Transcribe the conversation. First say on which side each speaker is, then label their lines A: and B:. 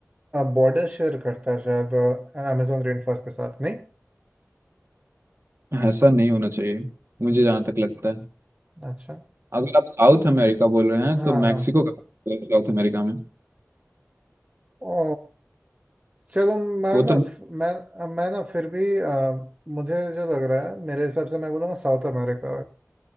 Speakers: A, on the right; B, on the right.
A: बॉर्डर शेयर करता है शायद अमेजोन रेन फॉरेस्ट के साथ नहीं
B: ऐसा नहीं होना चाहिए मुझे जहाँ तक लगता है
A: अच्छा
B: अगर आप साउथ अमेरिका बोल रहे हैं
A: हाँ
B: तो
A: हाँ
B: मैक्सिको का साउथ अमेरिका में
A: ओ चलो मैं
B: वो तो
A: ना मैं मैं ना फिर भी अ, मुझे जो लग रहा है मेरे हिसाब से मैं बोलूँगा साउथ अमेरिका